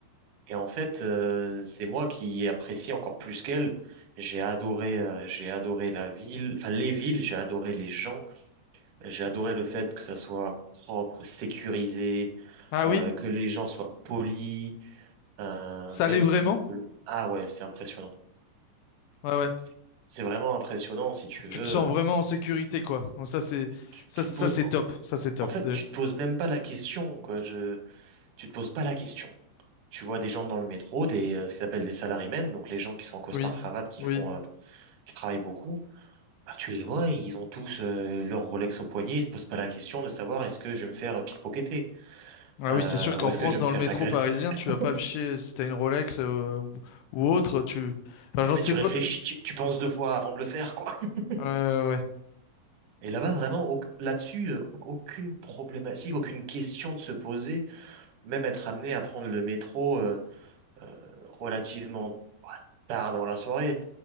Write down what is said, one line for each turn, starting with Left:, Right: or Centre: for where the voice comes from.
Right: Et en fait, euh, c'est moi qui ai apprécié encore plus qu'elle. J'ai adoré, euh, j'ai adoré la ville, enfin les villes, j'ai adoré les gens, j'ai adoré le fait que ça soit propre, sécurisé,
Left: Ah
Right: euh,
Left: oui,
Right: que les gens soient polis, euh,
Left: ça
Right: même
Left: l'est vraiment?
Right: si... Ah ouais, c'est impressionnant.
Left: Ouais, ouais.
Right: C'est c'est vraiment impressionnant, si tu veux.
Left: tu te sens
Right: Euh,
Left: vraiment en sécurité, quoi. Donc ça, c'est
Right: Tu,
Left: ça,
Right: tu
Left: ça
Right: ne poses...
Left: c'est
Right: En
Left: top. Ça, c'est top.
Right: en fait,
Left: Déjà.
Right: tu te poses même pas la question, quoi. Je... Tu te poses pas la question. Tu vois des gens dans le métro, des, euh, ce qu'ils appellent des salarymen, donc les gens qui sont en costard-cravate,
Left: Oui,
Right: qui
Left: oui.
Right: font, euh, qui travaillent beaucoup. Bah, tu les vois, ils ont tous euh, leur Rolex au poignet, ils se posent pas la question de savoir est-ce que je vais me faire pickpocketer.
Left: Ah
Right: Euh,
Left: oui, c'est sûr qu'en
Right: ou est-ce
Left: France,
Right: que je vais
Left: dans
Right: me faire
Left: le métro
Right: agresser?
Left: parisien,
Right: <laughs>
Left: tu vas pas afficher euh, si t'as une Rolex euh, ou ou autre. Tu... Enfin, j'en
Right: Mais
Left: sais
Right: tu
Left: pas.
Right: réfléchis, tu, tu penses deux fois avant de le faire, quoi. <laughs>
Left: Ouais, ouais,
Right: Et là-bas, vraiment, au- là-dessus, euh, aucune problématique, aucune question de se poser. Même être amené à prendre le métro euh, euh, relativement ouais, tard dans la soirée,